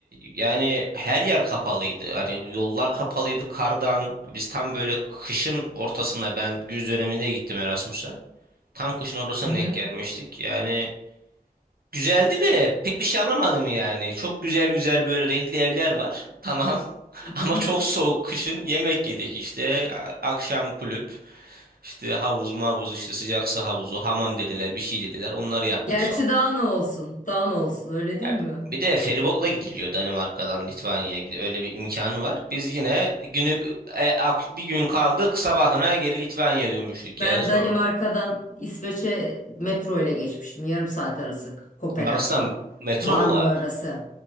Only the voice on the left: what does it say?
Hı hı,
hı
hı.
Gerçi daha ne olsun? Daha ne olsun öyle değil
mi?
Ben
Danimarka'dan İsveç'e metro ile geçmiştim. Yarım saat arası Kopenhag'dan.
Malmö
arası.